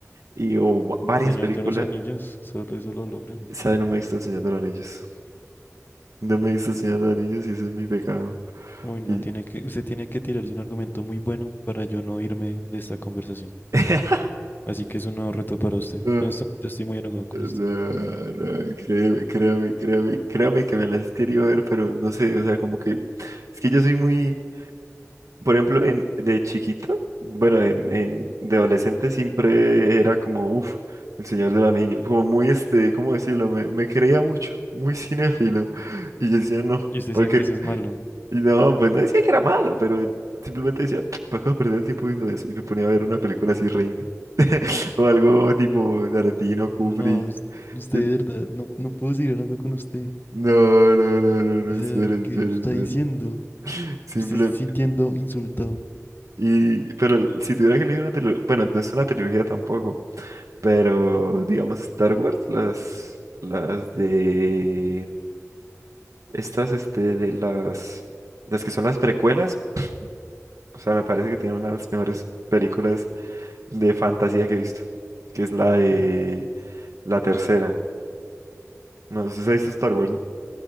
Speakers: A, on the right; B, on the left.
A: y o va- varias
B: Señor
A: películas.
B: de los Anillos, solo eso lo logra.
A: Sabe, no me he visto El Señor de los Anillos. No me diste el Señor de los Anillos y ese es mi pecado.
B: Uy, no,
A: Y-
B: tiene que, usted tiene que tirarse un argumento muy bueno para yo no irme de esta conversación.
A: <laughs>
B: Así que es un nuevo reto para usted.
A: No,
B: En este momento estoy muy enojado con usted.
A: no, no, créeme, créame, créame, créame que me las quería ver, pero no sé, o sea, como que es que yo soy muy, por ejemplo, en, de chiquito, bueno, en, en- de adolescente siempre era como, uff, el Señor del Anillo, como muy, este, ¿cómo decirlo? Me, me creía mucho, muy cinéfilo, y yo decía, no,
B: Y usted
A: porque
B: decía que eso es malo.
A: Y no, pues no decía que era malo, pero simplemente decía, ¿para qué voy a perder el tiempo viendo eso? Y me ponía a ver una película así re indie, O algo tipo Tarantino,
B: No,
A: Kubrick.
B: us- usted
A: Y-
B: de verdad, no, no puedo seguir hablando con usted.
A: No, no, no, no, no,
B: O sea,
A: espere, espere,
B: ¿qué me está
A: espere.
B: diciendo?
A: Simple.
B: Me estoy sintiendo insultado.
A: Y, pero si tuviera que elegir una trilogía, bueno, no es una trilogía tampoco, pero digamos Star Wars, las, las de, estas, este, de las, las que son las precuelas, o sea, me parece que tiene una de las mejores películas de fantasía que he visto, que es la de la tercera. No, ¿usted se ha visto Star Wars, no?